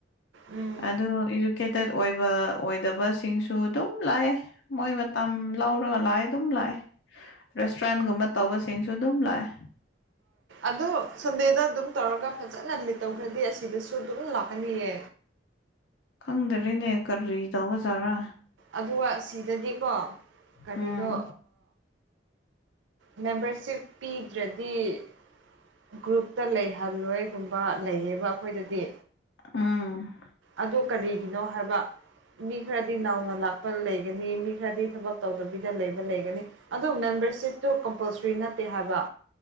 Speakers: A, on the right; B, on the left.
A: ꯎꯝ
B: ꯑꯗꯨ ꯏꯖꯨꯀꯦꯇꯦꯠ ꯑꯣꯏꯕ ꯑꯣꯏꯗꯕꯁꯤꯡꯁꯨ ꯑꯗꯨꯝ ꯂꯥꯛꯑꯦ ꯃꯣꯏ ꯃꯇꯝ ꯂꯧꯔꯒ ꯂꯥꯛꯑꯦ ꯑꯗꯨꯝ ꯂꯥꯛꯑꯦ ꯔꯦꯁꯇꯨꯔꯦꯟꯒꯨꯝꯕ ꯇꯧꯕꯁꯤꯡꯁꯨ ꯑꯗꯨꯝ ꯂꯥꯛꯑꯦ
A: ꯑꯗꯣ ꯁꯟꯗꯦꯗ ꯑꯗꯨꯝ ꯇꯧꯔꯒ ꯐꯖꯅ ꯂꯤꯠ ꯇꯧꯈ꯭ꯔꯗꯤ ꯑꯁꯤꯗꯁꯨ ꯑꯗꯨꯝ ꯂꯥꯛꯀꯅꯤꯌꯦ
B: ꯈꯪꯗꯔꯦꯅꯦ ꯀꯔꯤ ꯇꯧꯕ ꯖꯥꯔꯥ
A: ꯑꯗꯨꯒ ꯁꯤꯗꯗꯤꯀꯣ ꯀꯔꯤꯅꯣ
B: ꯎꯝ
A: ꯃꯦꯝꯕꯔꯁꯤꯞ ꯄꯤꯗ꯭ꯔꯗꯤ ꯒ꯭ꯔꯨꯞꯇ ꯂꯩꯍꯜꯂꯣꯏꯒꯨꯝꯕ ꯂꯩꯌꯦꯕ ꯑꯩꯈꯣꯏꯗꯗꯤ
B: ꯎꯝ
A: ꯑꯗꯨ ꯀꯔꯤꯒꯤꯅꯣ ꯍꯥꯏꯕ ꯃꯤ ꯈꯔꯗꯤ ꯅꯥꯎꯅ ꯂꯥꯛꯄ ꯂꯩꯒꯅꯤ ꯃꯤ ꯈꯔꯗꯤ ꯊꯕꯛ ꯇꯧꯗꯕꯤꯗ ꯂꯩꯕ ꯂꯩꯒꯅꯤ ꯑꯗꯨ ꯃꯦꯝꯕꯔꯁꯤꯞꯇꯨ ꯀꯝꯄꯜꯁꯔꯤ ꯅꯠꯇꯦ ꯍꯥꯏꯕ